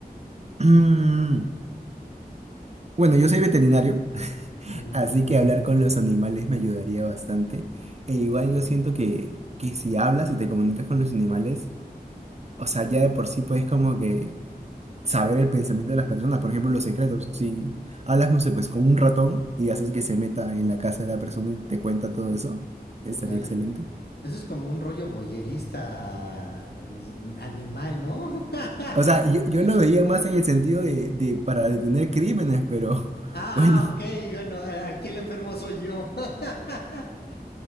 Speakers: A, on the right; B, on the left.
A: <clears throat> Bueno, yo soy veterinario
B: Mm,
A: Así que hablar con los animales me ayudaría bastante. E igual
B: claro,
A: yo siento que, que si hablas y te comunicas con los animales, o sea, ya de por sí puedes como que saber el pensamiento de las personas, por ejemplo, los secretos. Si hablas, no sé, pues con un ratón y haces que se meta en la casa de la persona y te cuenta todo eso, estaría
B: Mm, dale.
A: excelente.
B: Eso es como un rollo boyerista mm, animal, ¿no? <laughs>
A: O sea, yo, yo lo veía más en el sentido de, de para detener crímenes, pero <laughs>
B: ah,
A: bueno,
B: ah, ok, bueno, eh, aquí el enfermo soy yo. <laughs>